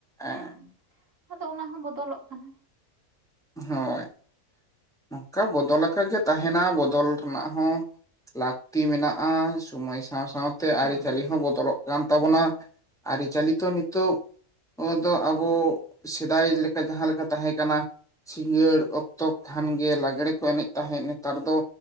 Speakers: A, in the centre; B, on the right.
A: ᱮᱸ
B: ᱦᱮᱸ ᱟᱫᱚ ᱚᱱᱟ ᱦᱚᱸ ᱵᱚᱫᱚᱞᱚᱜ ᱠᱟᱱᱟ᱾
A: ᱦᱳᱭ ᱱᱚᱝᱠᱟ ᱵᱚᱫᱚᱞ ᱟᱠᱟ ᱜᱮ ᱛᱟᱦᱮᱱᱟ ᱵᱚᱫᱚᱞ ᱨᱮᱱᱟᱜ ᱦᱚᱸ᱾ ᱞᱟᱹᱠᱛᱤ ᱢᱮᱱᱟᱜᱼᱟ ᱥᱩᱢᱚᱭ ᱥᱟᱶ ᱥᱟᱶᱛᱮ
B: ᱦᱮᱸ
A: ᱟᱹᱨᱤᱪᱟᱹᱞᱤ ᱦᱚᱸ ᱵᱚᱫᱚᱞᱚᱜ ᱠᱟᱱᱟ‍‍᱾ ᱠᱟᱱ ᱛᱟᱵᱚᱱᱟ ᱟᱹᱨᱤᱪᱟᱹᱞᱤ ᱛᱚ ᱱᱤᱛᱚᱜ ᱱᱚᱣᱟ ᱫᱚ ᱟᱵᱚ ᱥᱮᱫᱟᱭ ᱞᱮᱠᱟ ᱡᱟᱦᱟᱸ ᱞᱮᱠᱟ ᱛᱟᱦᱮᱸ ᱠᱟᱱᱟ ᱥᱤᱸᱜᱟᱹᱲ ᱚᱠᱛᱚ ᱠᱷᱟᱱ ᱜᱮ ᱞᱟᱜᱽᱲᱮ ᱠᱚ ᱮᱱᱮᱡ ᱛᱟᱦᱮᱸᱫ ᱱᱮᱛᱟᱨ ᱫᱚ